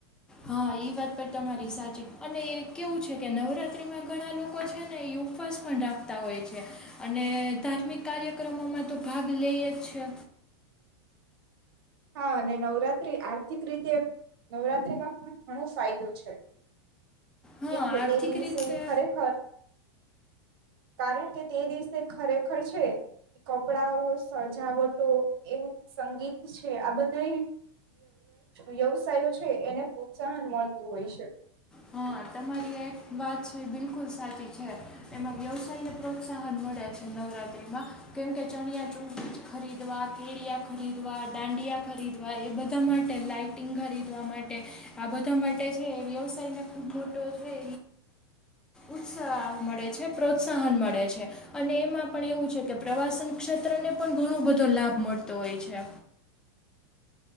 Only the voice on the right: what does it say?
હા અને નવરાત્રી આર્થિક રીતે નવરાત્રીમાં પણ ઘણો ફાયદો છે
કેમ કે
તે દિવસે
ખરેખર કારણ કે તે દિવસે ખરેખર છે કપડાઓ સજાવટો એમ સંગીત છે આ બધા વ્યવસાયો છે એને પ્રોત્સાહન મળતું હોય છે